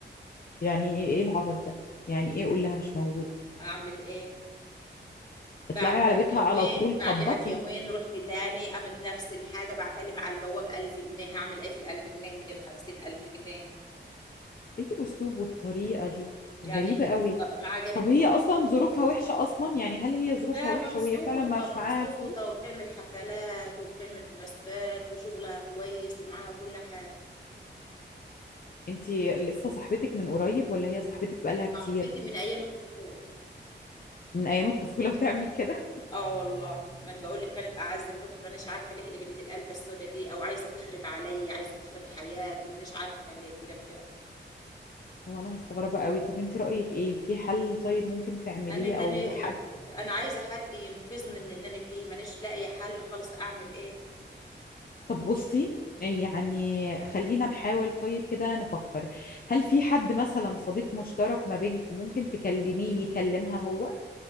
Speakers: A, on the left; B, on the left.
A: يعني ايه ايه العبط ده يعني ايه قول لها مش موجودة
B: اعمل ايه بعدها
A: اطلعي على بيتها
B: بيومين
A: على طول
B: بعدها
A: خبطي
B: بيومين رحت تاني قامت نفس الحاجة بعتلم على البواب ألف جنيه هعمل ايه في الألف جنيه من الخمسين ألف جنيه
A: ايه الاسلوب والطريقة دي
B: يعني
A: غريبة
B: الص-
A: قوي
B: ما عجبتنيش
A: طب هي اصلا ظروفها وحشة اصلا يعني هل هي ظروفها
B: لا
A: وحشة
B: مبسوطة
A: وهي فعلا مش
B: مبسوطة
A: معاها الفلوس
B: وبتعمل حفلات وبتعمل مناسبات وشغلها كويس ومعاها كل حاجة
A: انتي لسه صاحبتك من قريب ولا هي صاحبتك بقالها كتير
B: صاحبتي من أيام الطفولة
A: من ايام الطفولة وتعمل كده
B: اه والله ما انا بقول لك كانت اعز من اختي مانيش عارفه ليه قلبت القلبه السودا دي او عايزه تخرب عليا عايزه تخرب حياتي مانيش عارفه ليه كده بتعمل
A: <laughs> وانا مستغربة قوي طب انتي رأيك ايه في حل طيب ممكن تعمليه
B: انا تاني
A: او حق
B: انا عايزه حد ينقذني من اللي انا فيه مانيش لاقي حل خالص اعمل ايه
A: طب بصي يعني خلينا نحاول طيب كده نفكر هل في حد مثلا صديق مشترك ما بينكم ممكن تكلميه يكلمها هو